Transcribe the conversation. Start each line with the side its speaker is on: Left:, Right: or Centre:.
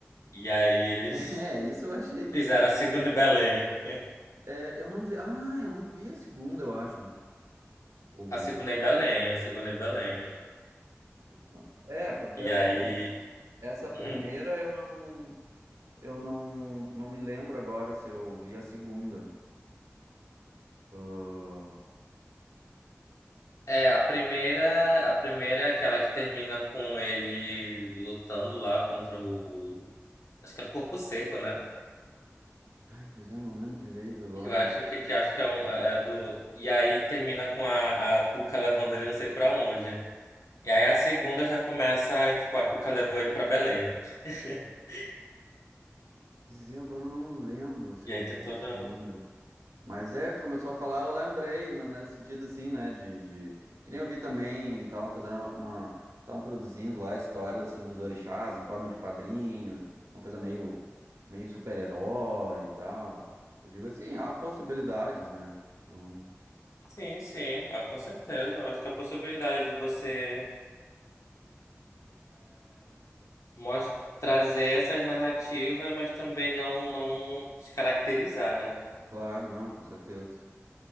Left: E aí eles
Right: É, isso eu achei meio,
Left: fizeram a
Right: né?
Left: segunda em Belém.
Right: É, eu não vi, ah, eu não vi a segunda, eu acho. Ouvi.
Left: A segunda é em Belém, a segunda é em Belém.
Right: tá. É, porque
Left: E
Right: essa,
Left: aí.
Right: prim- essa primeira
Left: Uhum.
Right: eu não. Eu não, não me lembro agora se eu vi a segunda. Ah,
Left: É, a primeira, a primeira é aquela que termina com ele lutando lá contra o. Acho que era o Corpo Seco, né?
Right: Ai, pois é, não lembro direito agora.
Left: Que eu acho que, que acho que é, um, é é do. E aí termina com a, a Cuca levando ele não sei pra onde. E aí a segunda já começa, tipo, a Cuca levou ele pra Belém. <laughs>
Right: Dizer agora eu não lembro se
Left: E
Right: eu
Left: aí
Right: vi
Left: tem toda.
Right: a segunda. Mas é, que tu começou a falar, eu lembrei, no- nesse sentido assim, né? De, de... Que nem eu vi também, estavam fazendo uma. Estavam produzindo lá histórias assim dos orixás em forma de quadrinhos, uma coisa meio, meio super-herói e tal. Eu digo assim, há possibilidades, né? Então,
Left: Sim, sim, ah, com certeza. Eu acho que a possibilidade de você. mos- trazer essas narrativas, mas também não não descaracterizar, né?
Right: claro, não, com certeza.